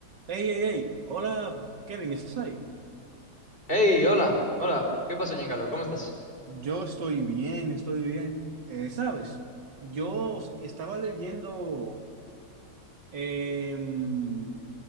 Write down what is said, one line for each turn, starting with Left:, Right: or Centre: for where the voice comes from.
Right: Hey, hey, hey, hola Kevin, ¿estás ahí?
Left: Hey, hola, hola, ¿qué pasó, Giancarlo? ¿Cómo estás?
Right: Yo estoy bien, estoy bien. Eh, ¿sabes? Yo s- estaba leyendo em,